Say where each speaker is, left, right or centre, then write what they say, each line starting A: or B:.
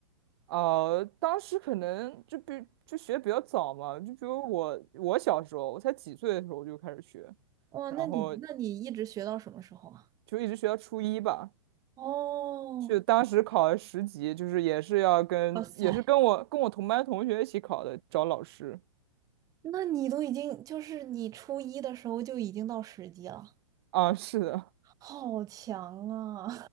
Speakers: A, on the right; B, on the right.
A: 呃，当时可能就比就学比较早嘛，就比如我我小时候，我才几岁的时候我就开始学，
B: 哇，
A: 然后
B: 那你那你一直学到什么时候啊？
A: 就一直学到初一吧。
B: 哦，
A: 就当时考了十级，就是也是要跟也是跟我跟我同班同学一起考的，
B: 哇塞，
A: 找老师。
B: 那你都已经就是你初一的时候就已经到十级了，
A: 啊，是的。
B: 好强啊！